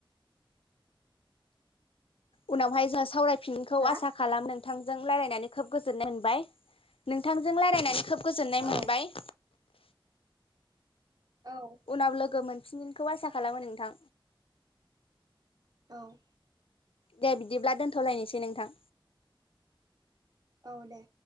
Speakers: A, on the left; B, on the right.
A: उनावहाय जोंहा सावराय फिनखौ
B: हा
A: आसा खालामदों। नोंथांजों लायरायनानै खोब गोजोननाय मोनबाय नोंथांजों लायरायनानै खोब गोजोननाय मोनबाय।
B: औ औ
A: उनाव लोगो मोन फिनगोनखौ आसा खालामो नोंथां
B: औ।
A: दे बिदिब्ला दोनथ'लायनोसै नोंथां।
B: औ दे।